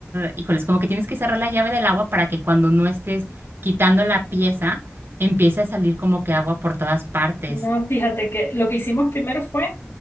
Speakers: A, on the right (about 60°); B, on the left (about 75°).
A: híjoles, como que tienes que cerrar la llave del agua para que cuando no estés quitando la pieza, empiece a salir como que agua por todas partes,
B: No, fíjate que lo que hicimos primero fue